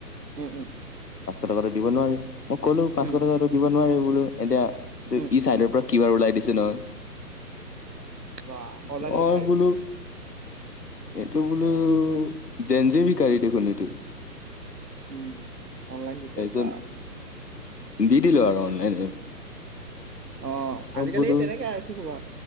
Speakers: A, on the right (about 80°); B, on the left (about 75°).
A: উহ উহ
B: পাঁচশ টকাতো দিব নোৱাৰি মই কলো পাঁচশ
A: উম।
B: টকাতো দিব নোৱাৰি বোলো এতিয়া ত
A: উম,
B: ই ছাইডৰ পৰা কিবাৰ ওলাই দিছে নহয়
A: বা অনলাইন
B: মই
A: ভিক্ষাৰী।
B: বোলো এইটো বোলো যেন যিবিকাৰী দেখোন এইটো
A: উম, অনলাইন ভিক্ষাৰী
B: তাৰপিছত
A: বা
B: কিনি দিলো আৰু অনলাইনে।
A: অঁ আজিকালি
B: বোলো
A: তেনেকৈ আৰু কি খ'বা